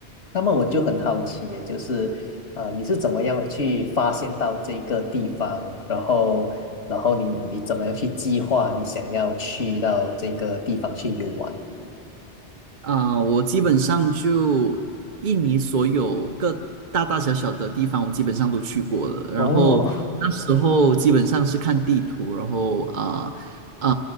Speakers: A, on the left (about 80°); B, on the right (about 45°).
A: 那么我就很好奇耶就是呃，你是怎么样去发现到这个地方，然后然后你你怎么样去计划你想要去到这个地方去游玩？
B: 啊、我基本上就印尼所有各大大小小的地方，我基本上都去过了。然后那时候基本上是看地图，
A: 哦，
B: 然后啊啊、